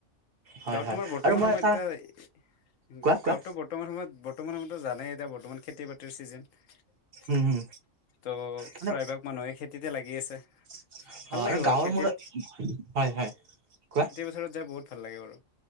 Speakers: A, on the right (about 50°); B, on the left (about 75°).
A: হয়
B: গাঁৱত
A: হয়
B: তোমাৰ বৰ্তমান
A: আৰু মই
B: সময়ত
A: এটা
B: এতিয়া
A: কোৱা কোৱা
B: গাঁৱতটো ব বৰ্তমান সময়ত বৰ্তমান সময়তো জানেই এতিয়া বৰ্তমান খেতি বাতিৰ চিজেন ত,
A: উম উম
B: '
A: মানে
B: প্ৰায়ভাগ মানুহে খেতিতে লাগি আছে।
A: অ
B: ভাল লাগে
A: আৰু
B: বাৰু
A: গাঁৱৰ
B: খেতিত
A: মূৰত হয় হয় কোৱা
B: ওচৰত যাই বহুত ভাল লাগে বাৰু।